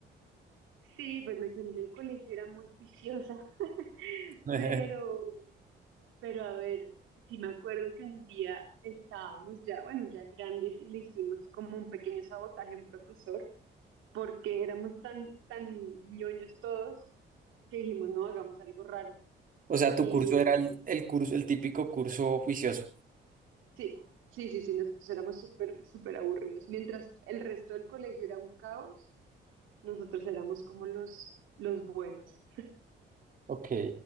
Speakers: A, on the right (about 80°); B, on the right (about 45°).
A: Sí, bueno, yo en el colegio era muy juiciosa, <laughs>
B: <laughs>
A: pero, pero a ver, sí me acuerdo que un día estábamos ya, bueno, ya grandes y le hicimos como un pequeño sabotaje a un profesor. porque éramos tan, tan ñoños todos que dijimos, no, hagamos algo raro.
B: O sea,
A: Y
B: tu curso era el, el curso, el típico curso juicioso.
A: sí, sí, sí, sí, nosotros éramos súper, súper aburridos. Mientras el resto del colegio era un caos, nosotros éramos como los, los buenos.
B: Ok,